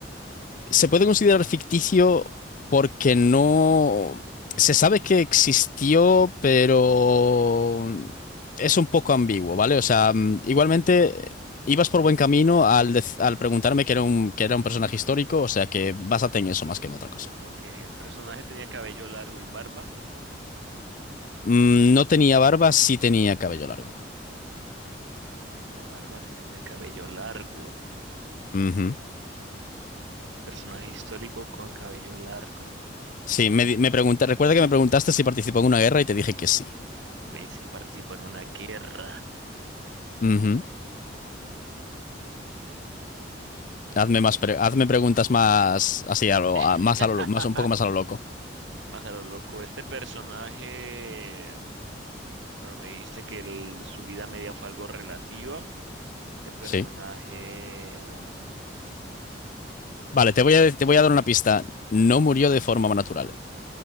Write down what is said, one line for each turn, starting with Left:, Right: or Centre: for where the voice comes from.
Left: se puede considerar ficticio porque no... Se sabe que existió, pero es un poco ambiguo, ¿vale? O sea, mm, igualmente ibas por buen camino al, dec- al preguntarme que era un, que era un personaje histórico, o sea que básate en eso más que en otra cosa.
Right: Ok, el personaje tenía cabello largo y barba.
Left: Mm, no tenía barba, sí tenía cabello largo.
Right: No tenía barba, sí tenía cabello largo.
Left: Ujú.
Right: Personaje histórico con cabello largo.
Left: Sí, me, di- me pregunta- recuerda que me preguntaste si participó en una guerra y te dije que sí.
Right: Si me dices que participó en una guerra.
Left: Ujú. Hazme más pre- hazme preguntas más así a lo,
Right: <laughs>
Left: a- más a lo, lo- más un poco más a lo loco.
Right: Más a lo loco, este personaje. Bueno, me dijiste que el- su vida media fue algo relativa. Este personaje...
Left: Sí.
Right: em,
Left: Vale, te voy a, te voy a dar una pista. No murió de forma natural.